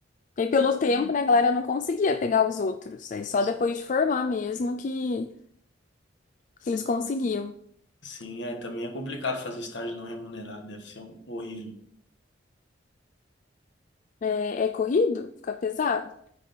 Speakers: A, on the left (about 40°); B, on the left (about 70°).
A: E aí, pelo tempo, né, a galera não conseguia pegar os outros. Aí só
B: Sim,
A: depois de formar mesmo que, que eles conseguiam.
B: Sim, é, também é complicado fazer estágio não remunerado, deve ser um- horrível.
A: É, é corrido? Fica pesado?